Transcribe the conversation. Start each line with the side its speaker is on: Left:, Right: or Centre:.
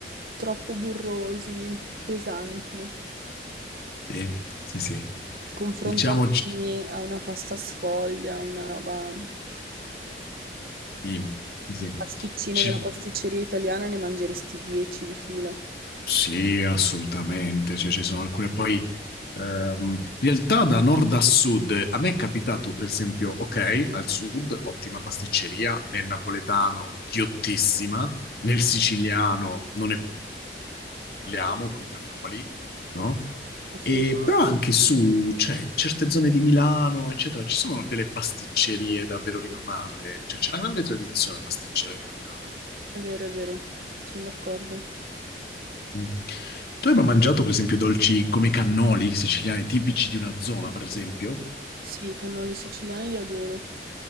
Right: troppo burrosi, pesanti.
Left: Sì, sì, sì.
Right: Confrontati
Left: Diciamo, ci-
Right: a una pasta sfoglia, una roba...
Left: sì, sì, sì.
Right: Il pasticcino
Left: Ci-
Right: della pasticceria italiana ne mangeresti 10 di fila.
Left: sì, assolutamente. Cioè, ci sono alcune poi... ehm, in realtà da nord a sud, a me è capitato, per esempio, ok, al sud, ottima pasticceria, nel napoletano, ghiottissima, nel siciliano non è parliamo coi cannoli, no?
Right: Assolutamente.
Left: E però anche su, cioè, in certe zone di Milano, eccetera, ci sono delle pasticcerie davvero rinomate, cioè c'è una grande tradizione pasticcera italiana.
Right: È vero, è vero, sono d'accordo.
Left: Mm. Tu hai mai mangiato, per esempio, dolci come i cannoli siciliani, tipici di una zona, per esempio?
Right: Sì, i cannoli siciliani li adoro,